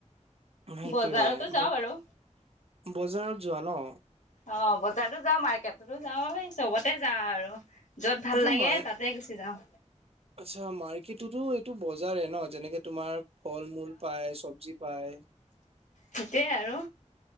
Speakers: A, on the right; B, on the left.
A: সেইটোয়ে
B: বজাৰতো যাওঁ‌
A: বা
B: আৰু
A: বজাৰত যোৱা নহ
B: অ' বজাৰতো যাওঁ, মাৰ্কেটতো যাওঁ, এই চবতে যাওঁ আৰু। য'ত ভাল
A: এইটো
B: লাগে
A: মাৰ
B: তাতে গুচি যাওঁ।
A: আচ্ছা মাৰ্কেটটোতো এইটো বজাৰে ন যেনেকে তোমাৰ। ফল মূল পায় চব্জি পায়।
B: সেইটোৱে আৰু